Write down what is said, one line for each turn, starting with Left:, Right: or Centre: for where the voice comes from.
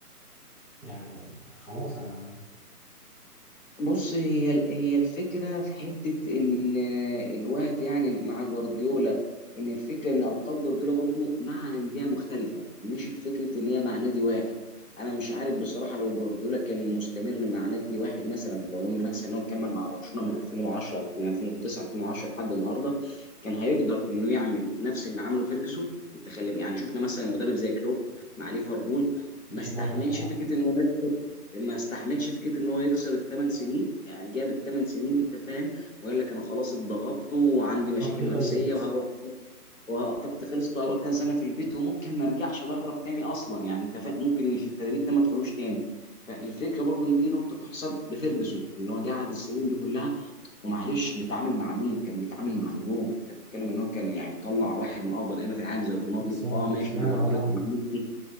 Centre: يعني خلاص انا
Left: بص هي هي الفكره في حته ال- الوقت يعني مع جوارديولا ان الفكره ان القاب جوارديولا برضو مع انديه مختلفه مش الفكره ان هي مع نادي واحد انا مش عارف بصراحه لو جوارديولا كان مستمر مع نادي واحد مثلا لو ان مثلا هو كمل مع برشلونه من 2010 من 2009 2010 لحد النهارده كان هيقدر انه يعمل نفس اللي عمله فيرجسون انت خلي يعني شفنا مثلا مدرب زي كلوب مع ليفربول ما
Centre: مش
Left: استحملش
Centre: حاجة بصراحة
Left: فكره انه ما استحملش فكره ان هو يكسر الثمان سنين يعني جاب الثمان سنين انت فاهم وقال لك انا خلاص اتضغطت وعندي مشاكل
Centre: وقتي خلصت
Left: نفسيه وهقعد وطاقتي خلصت وهقعد كام سنه في البيت وممكن ما ارجعش ادرب تاني اصلا يعني انت فاهم ممكن في التدريب ده ما ادخلوش تاني فالفكره برضو ان دي نقطه تحسب لفيرجسون ان هو قعد السنين دي كلها ومعلش بيتعامل مع مين كان بيتعامل مع نجوم انت بتتكلم ان هو كان يعني طلع واحد من افضل لعيبه في العالم زي رونالدو
Centre: كريستيانو
Left: اه
Centre: كريستيانو
Left: ماشي جوارديولا
Centre: اه طبعا
Left: كان معاه